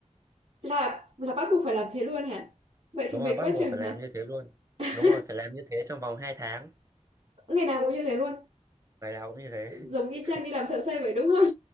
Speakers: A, on the right; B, on the right.
A: là là bắt buộc phải làm thế luôn hả vậy
B: Đúng
A: thì mệt
B: rồi, bắt
A: quá
B: buộc
A: chừng
B: phải
A: hả
B: làm như thế luôn.
A: <laughs>
B: Đúng rồi, phải làm như thế trong vòng 2 tháng.
A: ngày nào cũng như thế luôn
B: Ngày nào cũng như thế.
A: giống
B: <laughs>
A: y chang đi làm thợ xây vậy đúng không